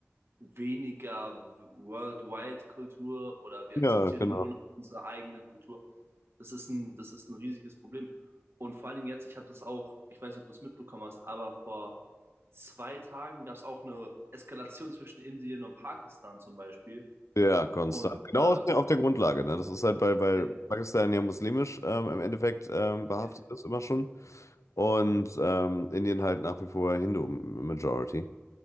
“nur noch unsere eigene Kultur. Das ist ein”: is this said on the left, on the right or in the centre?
Right